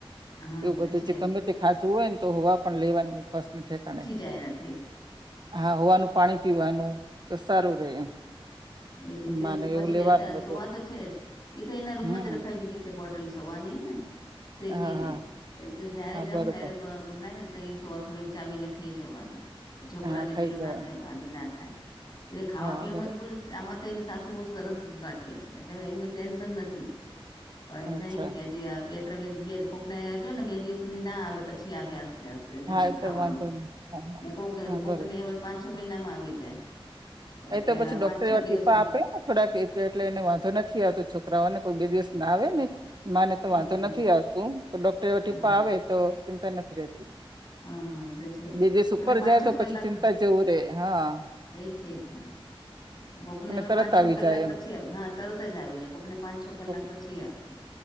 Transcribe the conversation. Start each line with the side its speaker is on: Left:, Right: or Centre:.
Left: હા
Right: એવું
Left: એ તો
Right: બધું
Left: છે
Right: જે
Left: જ
Right: ગમે તે ખાધું હોય ને તો સાવા પણ લેવાનું ઉપાસના ઠેકાણે
Left: કઈ નથી
Right: હા સવાનું પાણી પીવાનું સારુ રહે એમ
Left: એ જ
Right: માને
Left: પછી
Right: એવું
Left: જાય
Right: લેવાનું
Left: તો
Right: બધું
Left: સુવા તો છે જ એ તો એના રૂમમાં
Right: હમ
Left: જ રખાવી દીધી છે બોટ સુવાની ને શેકીને
Right: હા હા
Left: કે જયારે
Right: હા
Left: જાવ
Right: બરોબર
Left: ત્યારે લાગે ને તો એ સુવા થોડીક ચાવી ને ખાઈ જવાની છોકરા
Right: હા
Left: ને
Right: ખાઈ
Left: પેલું
Right: જવાનું
Left: ના થાય વાભી ના થાય એ તો ખાવા
Right: હા
Left: પીવાવામાં
Right: બરોબર
Left: તો બોલુ આમાં તો એની સાસુ બહુ સરસ જ રાખે છે એટલે એમને ટેન્સન નથી પણ એમ
Right: અચ્છા
Left: થાય ને કે જે બે ત્રણ બે કોક ને બે દિવસ સુધી ના આવે પછી આવે આસ્તે આસ્તે
Right: હા એ
Left: ખાવાનું
Right: તો વાંધો નહી હા હા
Left: ને કોક
Right: હા
Left: કોક
Right: બરોબર
Left: ને એ પાંચ છ મહિનામાં આવી જાય એટલે
Right: એ તો પછી ડોક્ટર
Left: પાંચ છ
Right: એવા
Left: દિવસ
Right: ટીપા આપે ને થોડાક એ એટલે એને વાંધો નથી આવતો છોકરાઓને કોઈ બે દિવસ ના આવે ને માને તો
Left: હા
Right: વાંધો નથી
Left: એ
Right: આવતું પણ ડોક્ટર આવે ટીપાં
Left: હા
Right: આપે તો ચિંતા નથી રહેતી
Left: હા હા એ તો છે
Right: બે દિવસ
Left: કોકને
Right: ઉપર
Left: પાંચ
Right: જાય
Left: છ
Right: તો
Left: કલાક
Right: પછી ચિંતા જવું રે હા
Left: છે જ ને કોકને
Right: તરત
Left: પાંચ છ
Right: આવી
Left: કલાક
Right: જાય
Left: પછી
Right: એમ
Left: આવે હા તરત જ આવી જાય કોકને પાંચ છ કલાક
Right: કોક
Left: પછી આવે